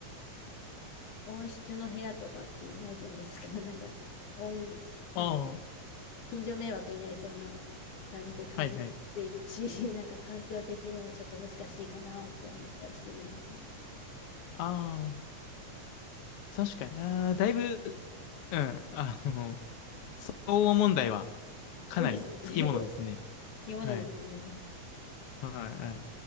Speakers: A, on the left (about 85°); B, on the left (about 60°).
A: 音質の部屋とかってないじゃないですか。<laughs> なんか、音、なんか
B: ああ、は
A: 近所迷惑になりそうな感じで壁スイッチ、
B: いはい。
A: <laughs> なんか環境的にはちょっと難しいかなって思ったりしてるんですよね。
B: ああ、確かにな。だいぶ、うん、あの、東欧問題はかなりつきものですね。
A: <laughs> ですよね。<laughs> 好きものですね。
B: はい。はい、はい。